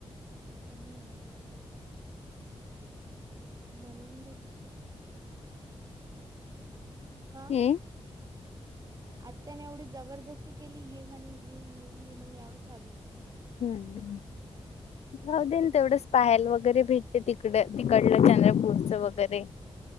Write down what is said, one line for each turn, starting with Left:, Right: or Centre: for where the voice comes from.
Right: हं. म्हणून <unintelligible> हा
Left: हम्म.
Right: आत्याने एवढी जबरदस्ती केली ये म्हणे, ये ये ये मग यावच लागलं मला.
Left: हम्म, जाऊ देन
Right: हम्म
Left: तेवढंच पायल वगैरे भेटते ती हीकड तिकडलं चंद्रपूरच वगैरे